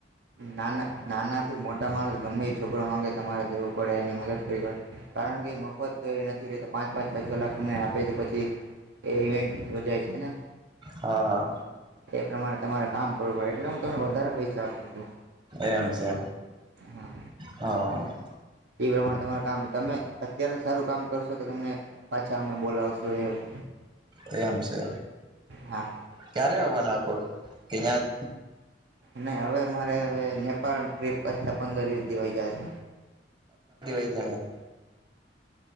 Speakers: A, on the right; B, on the right.
A: ના નાના થી મોટા માણસ ગમે એ છોકરા માંગે તમારે જેવું પડે એની મદદ કરીે કારણ કે મફત નથી રેતો પાંચ પાંચ છ કલાક અમને આપે છે પછી એ ઇવેન્ટ યોજાય છે ને
B: હા હા
A: એ પ્રમાણે તમારે કામ કરવું પડે એટલે હું તમને વધારે પૈસા આપું છું
B: એમ છે
A: હા
B: હ
A: એ પ્રમાણે તમારા કામ તમે અત્યારે સારું કામ કરશો તો તમને પાછા અમે બોલાવશો એવું
B: <inaudible> એમ છે
A: હા
B: ક્યારે આવવાનો આખો કેનયા
A: નય હવે મારે હવે અંયા પર ટ્રીપ પચતા પંદર વીસ દી વઈ જશે
B: જાહે.